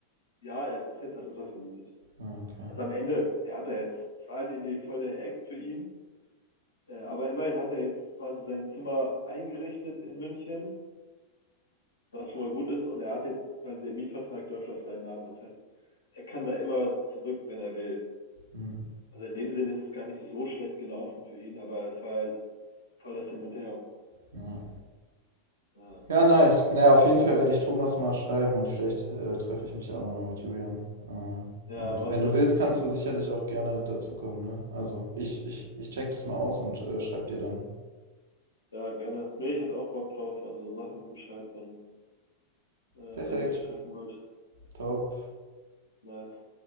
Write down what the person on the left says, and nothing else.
ja, es ist jetzt halt untervermietet.
Also am Ende, er hat er jetzt, es war halt irgendwie voll der Act für ihn. Äh, aber immerhin hat er jetzt quasi sein Zimmer eingerichtet in München, was schon mal gut ist. Und er hat jetzt quasi der Mietvertrag läuft auf seinen Namen. Das heißt, er kann da immer zurück, wenn er will.
Also in dem Sinne ist es gar nicht so schlecht gelaufen für ihn, aber es war halt voll das Hin und Her.
Ja,
ja
mach
das.
Ja, gerne. Nee, ich hätte auch Bock drauf. Also sag mir Bescheid, wann, äh,
wann ihr euch treffen wollt.
Nice.